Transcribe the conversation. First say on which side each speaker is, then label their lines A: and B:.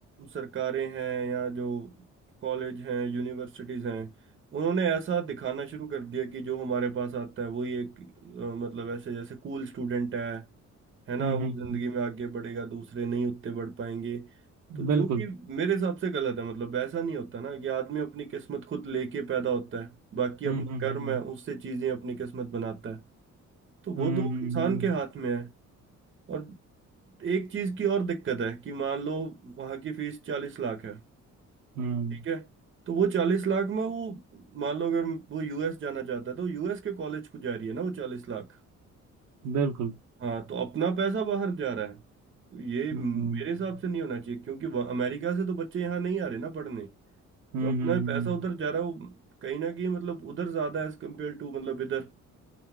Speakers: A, on the right; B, on the right.
A: सरकारें हैं या जो कॉलेज हैं यूनिवर्सिटीज हैं उन्होंने ऐसा दिखाना शुरू कर दिया कि जो हमारे पास आता है वही एक अ, मतलब ऐसे जैसे कूल स्टूडेंट है है ना
B: हम्म हम्म
A: वो
B: हम्म,
A: जिंदगी
B: हम्म,
A: में आगे बढ़ेगा दूसरे नहीं उतने बढ़ पाएंगे तो जो
B: बिल्कुल
A: कि मेरे हिसाब से गलत है मतलब ऐसा नहीं होता ना कि आदमी अपनी किस्मत खुद लेके पैदा होता है बाकी
B: हम्म
A: अपने
B: हम्म
A: कर्म
B: हम्म
A: है उससे चीजें अपनी किस्मत बनाता है तो वो
B: हम्म
A: तो
B: हम्म
A: इंसान
B: हम्म,
A: के हाथ में है और एक चीज की और दिक्कत है कि मान लो वहां की फीस चालीस लाख है
B: हम्म,
A: ठीक है तो वो चालीस लाख में वो मान लो अगर वो यूएस जाना चाहता है तो यूएस के कॉलेज को जा रही है ना वो चालीस लाख
B: बिल्कुल
A: हाँ तो अपना पैसा बाहर जा रहा है तो ये
B: हम्म
A: मेरे हिसाब से नहीं होना चाहिए क्योंकि वहाँ- अमेरिका से तो बच्चे यहाँ नहीं आ रहे ना पढ़ने
B: हम्म
A: तो अपना
B: हम्म
A: पैसा
B: हम्म,
A: उधर जा रहा है वो कहीं ना कहीं मतलब उधर ज्यादा है एज कम्पेयर टू मतलब इधर